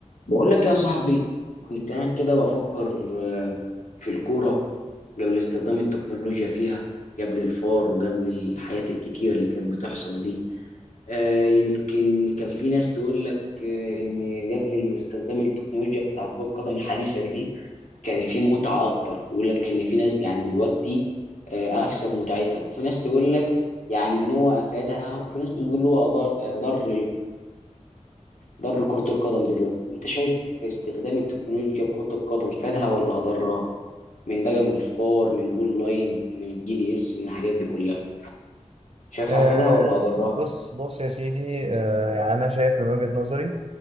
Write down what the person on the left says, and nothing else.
بقول لك يا صاحبي كنت قاعد كده بفكر آه، في الكورة قبل استخدام التكنولوجيا فيها قبل الفار وقبل الحاجات الكتيرة اللي كانت بتحصل دي آه، يمكن كان في ناس تقول لك آه، إن قبل استخدام التكنولوجيا بتاع كرة القدم الحديثة دي كان في متعة أكتر يقول لك إن في ناس يعني دلوقتي آه، أفسد متعتها وفي ناس تقول لك يعني إن هو أفادها وفي ناس بتقول هو أضر أضر ضر كرة القدم دلوقتي انت شايف استخدام التكنولوجيا في كرة القدم فادها ولا اضرها من بقى من فار من جول لاين من الجي بي اس من الحاجات دي كلها شايفها
فادها ولا اضرها